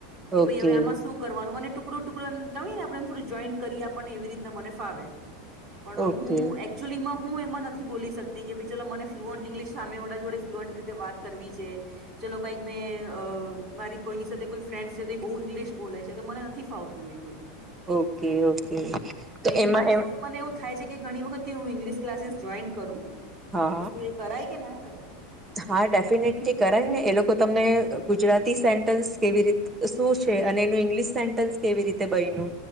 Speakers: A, on the right (about 35°); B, on the right (about 15°).
A: કે
B: ઓકે
A: ભાઈ હવે આમાં શું કરવાનું અને ટુકડું ટુકડું એમ ક ને આપણેને થોડું જોઈન કરી આપણને એવી રીતના મને ફાવે પણ
B: ઓકે
A: હું <unintelligible> ચુલીમાં હું એમાં નથી બોલી શકતી કે ભાઈ ચલો મને ફ્લુઅન્ટ ઇંગ્લિશ સામેવાળા જોડે ફ્લુઅન્ટ રીતે વાત કરવી છે. ચાલલો કઈક મેં અ મારી કોઈની સાથે કોઈ ફ્રેન્ડ થી બહુ ઇંગ્લિશ બોલે છે તો મને નથી ફાવતું એ બધું
B: ઓકે ઓકે તો
A: એની
B: એમાં
A: માટે
B: એમ
A: મને એવું થાય છે કે ઘણી વખત હું ઇંગ્લિશ ક્લાસીસ જોઈન કરું
B: હા
A: તો શું એ કરાય કે ના કરાય
B: હા ડેફિનેટલી કરાય ને એ લોકો તમને ગુજરાતી સેન્ટન્સ કેવી રીતે શું છે અને એનું ઈંગ્લિશ સેન્ટન્સ કેવી રીતે બયનું